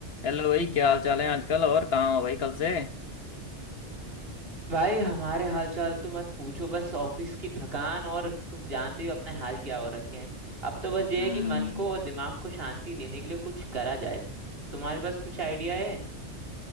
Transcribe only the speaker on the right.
भाई हमारे हालचाल तो मत पूछो बस ऑफिस की थकान और तुम जानते हो अपने हाल क्या हो रखे हैं अब तो बस ये
है कि मन को और दिमाग को शांति देने के लिए कुछ करा जाए तुम्हारे पास कुछ आइडिया है